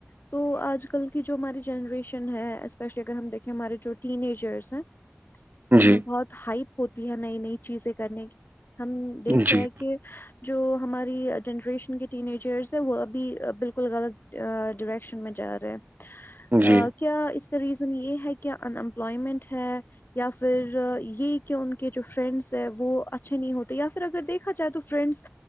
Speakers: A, on the left (about 55°); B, on the right (about 45°).
A: تو آج کل کی جو ہماری جنریشن ہے اسپیشلی اگر ہم دیکھیں ہمارے جو ٹین ایجرس ہیں جنہیں
B: جی
A: بہت ہائپ ہوتی ہے نئی نئی چیزیں کرنے کی ہم دیکھ
B: جی
A: رہے ہیں کہ کہ جو ہماری جنریشن کے ین ایجرس ہیں وہ ابھی بالکل ل غلط ڈریکشن میں جا رہے
B: جی
A: کیا اس کا ریزن یہ ہے کہ ان امپلائمنٹ ہے یا پھر یہ کہ ان کے جو فرینڈس ہے وہ اچھے نہیں ہوتے یا پھر اگر دیکھا جائے تو فرینڈس